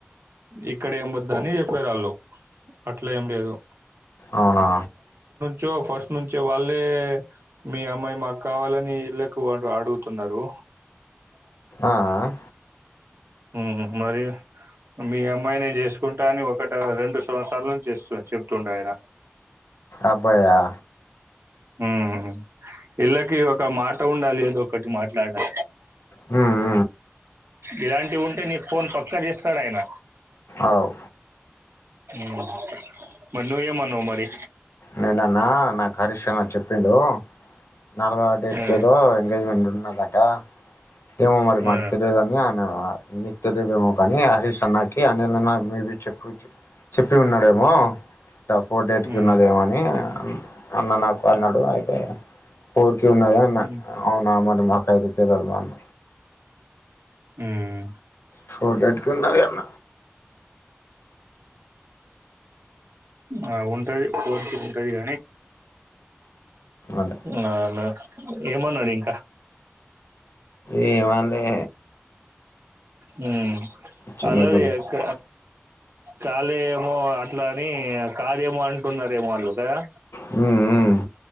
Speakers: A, on the right; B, on the left.
A: ఇక్కడ ఏం వద్దని చెప్పారాళ్ళు అట్లెం లేదు
B: అవునా
A: చో ఫస్ట్ నుంచే వాళ్ ఏ మీ అమ్మాయి మాకావాలని ఇళ్ళకు అట్ల అడుగుతున్నరు
B: ఆ ఆ
A: ఉహు మరి మీ అమ్మాయినే చేసుకుంటా అని ఒకటా రెండు సంవత్సరాల నుంచి చేస్తు చెప్తుండే ఆయన
B: అబ్బాయా
A: మ్ ఈళ్ళకి ఒక మాట ఉండాలి ఏదో ఒకటి మాట్లాడాలి
B: హ్మ్మ్
A: ఇలాంటివుంటే నీకు ఫోన్ పక్కా చేస్తాడాయన
B: అవు
A: మ్ మరి నువ్వు ఏమన్నావ్ మరి
B: నేనన్నా నాకు హరీష్ అన్న చెప్పిండు నాలుగో డేట్
A: ఆ!
B: కి ఏదో ఎంగేజ్మెంట్ ఉన్నాదట్టా ఏమో మరి మాకు
A: ఆ!
B: తెలియదని అన్న నీకు తెలియదేమో కానీ హరీష్ అన్నా కి అన్నినన్నా మేబీ చెప్పి చెప్పి ఉన్నాడేమో ఇటా ఫోర్ డేట్కి
A: హ్మ్.
B: ఉన్నాదేమో అని అన్న నాకు అన్నాడు అయితే ఫోరికి ఉన్నద అన్న
A: హ్మ్.
B: అవునా మరి మాకైతే తెలియదు అన్న
A: హ్మ్మ్
B: ఫోటో ఎడుకింద అన్న
A: ఆ ఉంట ఉంటది పోన్ ఉంటది కాగానీ
B: అంట
A: అ ఏమన్నాడు ఇంకా
B: ఏమనాలే
A: హ్మ్మ్
B: చిన్ని
A: అల్లాయ్
B: గురించి
A: అక్క కాళే ఏమో అట్లా అని కాదేమో అంటున్నారేమో వాళ్ళు కదా
B: హ్మ్మ హ్మ్మ్